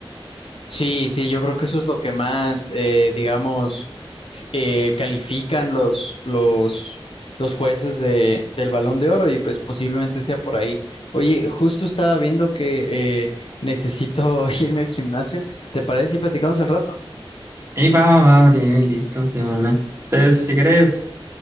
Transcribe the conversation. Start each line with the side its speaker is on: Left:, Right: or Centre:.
Left: Sí, sí, yo creo que eso es lo que más, eh, digamos eh, califican los, los, los jueces de, del Balón de Oro y pues posiblemente sea por ahí. Oye, justo estaba viendo que eh, necesito <laughs> irme al gimnasio. ¿Te parece si platicamos al rato?
Right: Y va, va, va, breve, listo, de una. Entonces, si crees,